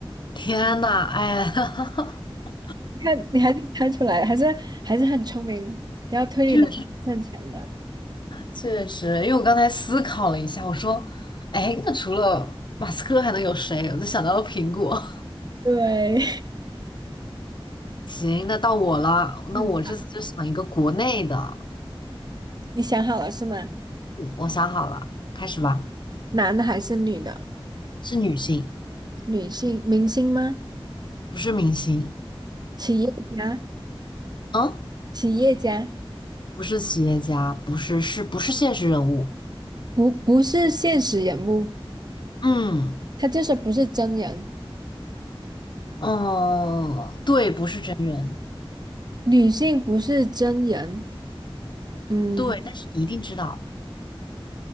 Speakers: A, on the left (about 55°); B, on the right (about 45°).
A: 天呐，哎，<laughs>
B: 你看你还是猜出来，还是还是很聪明，比较推理能力很强的。
A: 确实确实，因为我刚才思考了一下，我说，哎，那除了马斯克还能有谁？我就想到了苹果。
B: 对，
A: <laughs> 行，那到我了，
B: <laughs> 嗯，
A: 那我这次就想一个国内的，
B: 你想好了是吗？
A: 我想好了，开始吧。
B: 男的还是女的？
A: 是女性，
B: 女性明星吗？
A: 不是明星，
B: 企业家，
A: 嗯，
B: 企业家，
A: 不是企业家，不是是不是现实人物，
B: 不不是现实人物，
A: 嗯。
B: 他就是不是真人。
A: 哦，对，不是真人，
B: 女性不是真人，嗯，
A: 对，但是你一定知道